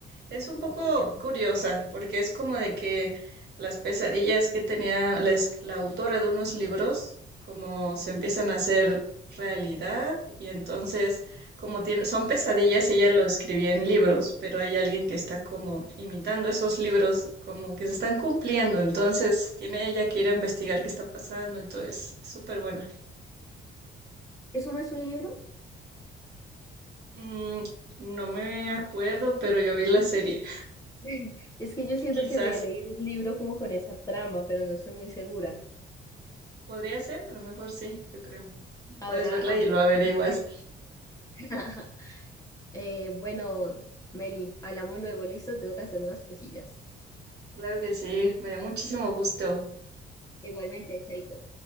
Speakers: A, on the right; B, on the left.
A: Es un poco
B: Vayan.
A: curiosa, porque es como de que las pesadillas que tenía la, es- la autora de unos libros, como se empiezan a hacer realidad, y entonces, como tiene, son pesadillas, ella lo escribía en libros, pero hay alguien que está como imitando esos libros, como que se están cumpliendo, entonces tiene ella que ir a investigar qué está pasando, entonces es súper buena.
B: ¿Eso no es un libro?
A: Mm, no me acuerdo, pero yo vi la serie,
B: <laughs> Es que yo siento
A: <laughs> quizás.
B: que me he leído un libro como con esa trama, pero no estoy muy segura.
A: Podría ser, a lo mejor sí, yo creo.
B: Ahora,
A: Puedes verla
B: ahora
A: y
B: me
A: lo
B: pusiste.
A: averiguas.
B: <laughs> eh, bueno, Meli, hablamos luego, listo, tengo que hacer unas cosillas.
A: Claro que sí, me dio muchísimo gusto.
B: Igualmente, chaito.